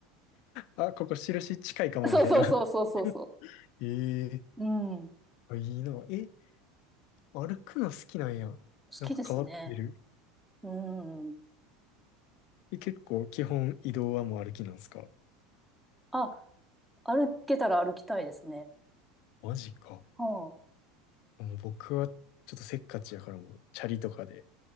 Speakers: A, on the left (about 60°); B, in the centre.
A: あ、ここ印近いかも、
B: <laughs> そうそうそうそうそうそ
A: みたいな。<laughs> ええ
B: う。うん。好
A: あいいな。え、歩くの好きなんや。なんか変わってる。
B: きですね。うん。
A: え、結構基本移動はもう歩きなんすか
B: あ、歩けたら歩きたいですね。
A: マジか。
B: は
A: もう僕はちょっとせっかちやからもうチャリとかで